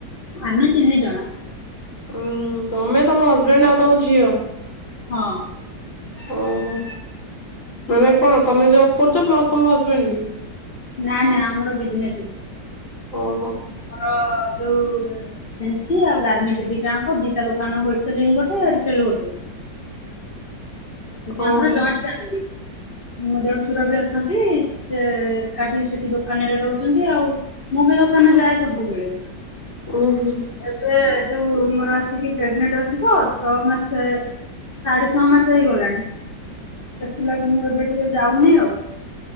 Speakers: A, on the left (about 30°); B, on the left (about 45°).
A: ଆମେ ତିନି ଜଣ।
B: ଉୁଁ ହୁଁ ତମେ, ତମ ହଜବେଣ୍ଡ, ଆଉ ତମ ଝିଅ।
A: ହଁ।
B: ଓହୋ ମାନେ କଣ ତମେ ଜବ୍ କରୁଛ ପ୍ଲସ ତମ ହଜବେଣ୍ଡ ବି।
A: ନା ନାଇଁ ଆମର ବିଜନେସ।
B: ଓହୋ
A: ହଁ। ଯୋଉ ଫେନ୍ସି ଆଉ ଗାରମେଣ୍ଟ୍ ଦିଟାଙ୍କ ଦିଟା ଦୋକାନ, ହୋଲସେଲ୍ ଗୋଟେ ରିଟେଲ୍ ଗୋଟେ। ଆମର
B: ଓହୋ
A: ଜଏଣ୍ଟ ଫ୍ୟାମିଲି। ମୋ ଦେଢ ସୁର ବି <unintelligible> ସେ କାଠି ସେ ସେ ଦୋକାନରେ ରହୁଛନ୍ତି। ଆଉ ମୁଁ ବି ଦୋକାନ ଯାଏ। ସବୁବେଳେ
B: ଉଁ ହୁଁ
A: ଏବେ ଯୋଉ ମୋର ଆସିକି ପ୍ରେଗନେଣ୍ଟ ଅଛି ତ, ଛଅ ମାସେ ସାଢେ ଛଅ ମାସ ହେଇଗଲାଣି। ସେଥିଲାଗି ମୁଁ ଏବେ ଟିକେ ଯାଉନି ଆଉ।